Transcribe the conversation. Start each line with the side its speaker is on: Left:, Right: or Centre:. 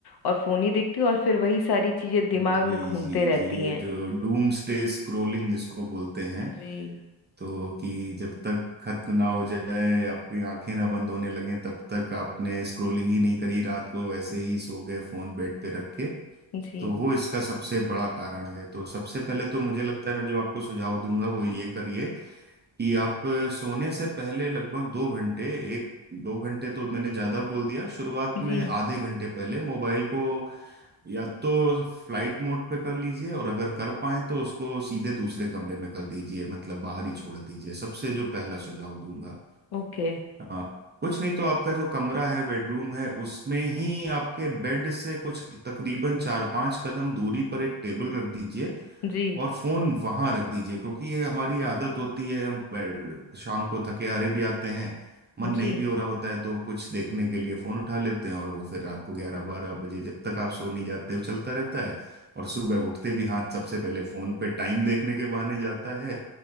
Left: और फोन ही देखती हूँ और फिर वही सारी चीजें दिमाग
Right: जी
Left: में घूमते
Right: जी
Left: रहती
Right: जी ये
Left: हैं
Right: जो डूम्सडे स्क्रोलिंग जिसको बोलते हैं
Left: जी
Right: तो कि जब तक खत्म ना हो जाए आपकी आंखें ना बंद होने लगें तब तक आपने स्क्रोलिंग ही नहीं करी रात को ऐसे ही सो गए फोन बेड पे रख के
Left: जी
Right: तो वो इसका सबसे बड़ा कारण है तो सबसे पहले तो मुझे लगता है मैं जो आपको सुझाव दूंगा वो ये करिए कि आप सोने से पहले लगभग दो घंटे एक दो घंटे तो मैंने ज्यादा बोल दिया शुरुआत में
Left: जी
Right: आधे घंटे पहले मोबाइल को या तो फ्लाइट मोड पे कर लीजिए और अगर कर पाए तो उसको सीधे दूसरे कमरे में कर दीजिए मतलब बाहर ही छोड़ दीजिए सबसे जो पहला सुझाव दूंगा
Left: ओके
Right: हाँ कुछ नहीं तो आपका जो कमरा है बेडरूम है उसमें ही आपके बेड से कुछ तकरीबन चार पांच कदम दूरी पर एक टेबल रख दीजिए
Left: जी
Right: और फोन वहां रख दीजिए क्योंकि ये हमारी आदत होती है हम बैठ- शाम को थके हारे भी आते हैं मन नहीं
Left: जी
Right: भी हो रहा होता है तो कुछ देखने के लिए फोन उठा लेते हैं और वो फिर रात को ग्यारह बारह बजे जब तक आप सो नहीं जाते वो चलता रहता है और सुबह उठते भी हाथ सबसे पहले फोन पे टाइम देखने के बहाने जाता है